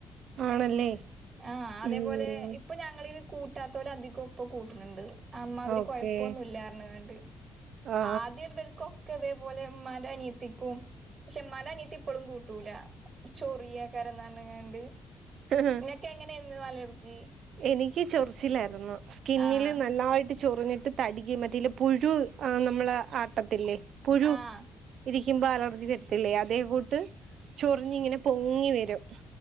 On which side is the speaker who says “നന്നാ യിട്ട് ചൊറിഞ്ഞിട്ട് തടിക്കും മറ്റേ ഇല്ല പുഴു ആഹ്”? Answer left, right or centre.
Right